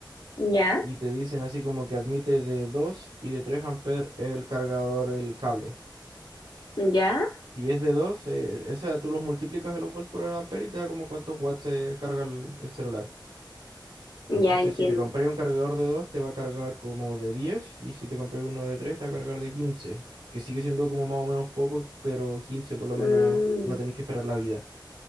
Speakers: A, on the left (about 60°); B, on the right (about 75°).
A: ya,
B: Y te dicen así como que admite de 2 y de 3 amperes el cargador, el cable.
A: ya,
B: Si es de 2 eh, esa tú los multiplicas en los volts por el ampere y te da como cuántos watts se carga el el celular.
A: ya
B: Entonces,
A: entiendo.
B: si te compré un cargador de 2 te va a cargar como de 10 y si te compré uno de 3 te va a cargar de 15 que sigue siendo como más o menos poco, pero 15 por lo
A: Mm,
B: menos no tenéis que esperar la vida.